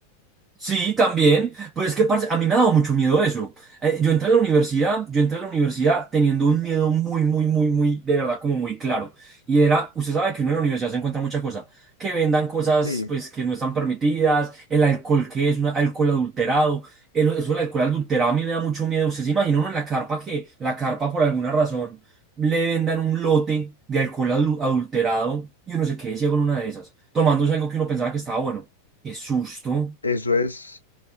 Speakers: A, on the right (about 25°); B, on the left (about 80°).
A: Sí, también. Pues es que, parce, a mí me ha dado mucho miedo eso. Eh, yo entré a la universidad, yo entré a la universidad teniendo un miedo muy, muy, muy, muy, de verdad, como muy claro. Y era, usted sabe que uno en la universidad se encuentra mucha cosa, que vendan cosas,
B: Sí,
A: pues, que no están permitidas, el alcohol que es un alcohol adulterado, el, eso del alcohol adulterado a mí me da mucho miedo. Usted se imagina uno en la carpa que, la carpa por alguna razón, le vendan un lote de alcohol adu- adulterado y uno se quede ciego en una de esas, tomándose algo que uno pensaba que estaba bueno. Qué susto.
B: eso es,